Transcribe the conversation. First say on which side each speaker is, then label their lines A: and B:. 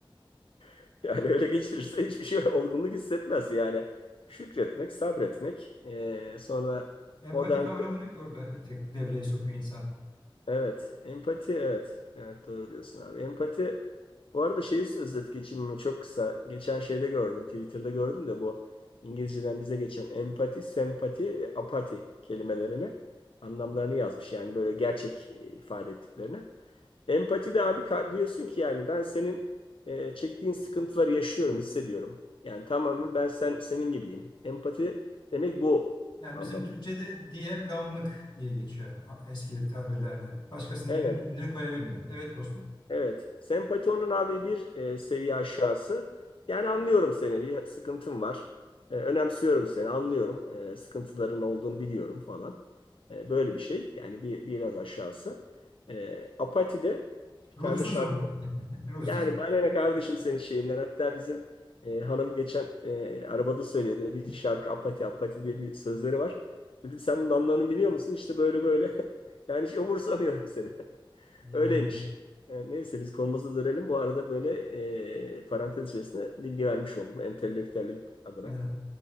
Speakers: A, on the left; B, on the left.
A: <laughs> Yani öyle geçirirse hiçbir şey <laughs> olgunluk hissetmez. Yani şükretmek, sabretmek. Ee, sonra
B: Empati
A: modern
B: kavramını orada tek devreye sokuyor insan.
A: evet, empati evet. Evet doğru diyorsun abi. Empati bu arada şeyi özet geçeyim mi? Çok kısa. Geçen şeyde gördüm. Twitter'da gördüm de bu İngilizceden bize geçen empati, sempati ve apati kelimelerini anlamlarını yazmış. Yani böyle gerçek e, ifade ettiklerini. Empati de abi ka- diyorsun ki yani ben senin e, çektiğin sıkıntıları yaşıyorum, hissediyorum. Yani tamamen ben sen senin gibiyim. Empati demek bu
B: Yani
A: anlamı.
B: bizim Türkçe'de diğer gamlık diye geçiyor a- eski tabirlerle. Başkasının
A: Evet,
B: yerine kendini koyabilme. Evet dostum.
A: evet. Sempati onun abi bir e, seviye aşağısı. Yani anlıyorum seni, bir sıkıntın var. E, önemsiyorum seni, anlıyorum. E, sıkıntıların olduğunu biliyorum falan. E, böyle bir şey. Yani bir biraz aşağısı. E, apati de bir
B: Ruhsuzum.
A: tane de şarkı
B: <laughs> Ruhsuz.
A: Yani bana ne kardeşim senin şeyinden. Hatta bizim e, hanım geçen e, arabada söyledi. Bir şarkı Apati Apati diye bir sözleri var. Dedim sen bunun anlamını biliyor musun? İşte böyle böyle. <laughs> Yani hiç umursamıyorum seni. <laughs>
B: Yani.
A: Öyleymiş. E, neyse biz konumuza dönelim. Bu arada böyle e, parantez içerisinde bilgi vermiş oldum. Entelektüellik adına.
B: evet.